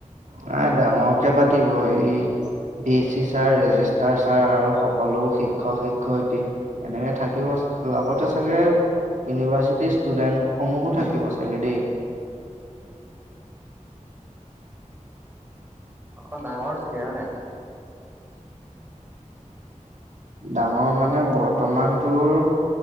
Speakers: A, on the right (about 70°); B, on the right (about 15°).
A: নাই ডাঙৰকে পাতিব হে V C sir register sir আৰু সকলো শিক্ষক শিক্ষয়িত্ৰী এনেকে থাকিব। লগতে চাগে ইউনিভাৰ্চিটিৰ ষ্টুডেণ্টসমূহো থাকিব চাগে দেই। <inaudible>
B: অ' ডাঙৰ চাগে হয় নে নাই।
A: ডাঙৰ মানে বৰ্তমানটোৰ